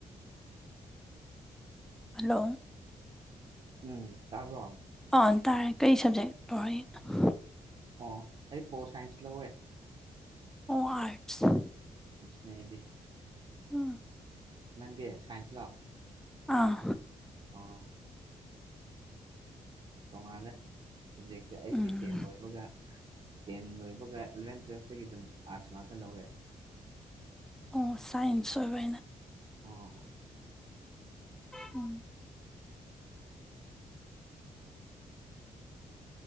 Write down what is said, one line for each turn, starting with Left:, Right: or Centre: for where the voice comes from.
Centre: ꯍꯜꯂꯣ
Right: ꯎꯝ ꯇꯥꯕꯔꯣ
Centre: ꯑꯥ ꯇꯥꯔꯦ ꯀꯩ ꯁꯕꯖꯦꯛ ꯂꯣꯏꯔꯛꯏꯅꯣ
Right: ꯑꯣ ꯑꯩ ꯄꯣꯜ ꯁꯥꯏꯟꯁ ꯂꯧꯋꯦ
Centre: ꯑꯣ ꯑꯥꯔꯠꯁ
Right: ꯅꯩꯕꯤ
Centre: ꯎꯝ
Right: ꯅꯪꯗꯤ ꯁꯥꯏꯟꯁꯂꯣ
Centre: ꯑꯥ
Right: ꯑꯣ ꯇꯣꯉꯥꯜꯂꯦ ꯁꯞꯖꯦꯛꯁꯦ ꯑꯩꯗꯤ
Centre: ꯎꯝ
Right: ꯇꯦꯟ ꯂꯣꯏꯕꯒ ꯇꯦꯟ ꯂꯣꯏꯕꯒ ꯑꯦꯂꯚꯦꯟ ꯇꯨꯋꯦꯜꯐꯇꯒꯤ ꯑꯗꯨꯝ ꯑꯥꯔꯠꯁ ꯉꯥꯛꯇ ꯂꯧꯋꯦ
Centre: ꯑꯣ ꯁꯥꯏꯟꯁ ꯑꯣꯏꯕ ꯑꯩꯅ
Right: ꯑꯣ
Centre: ꯎꯝ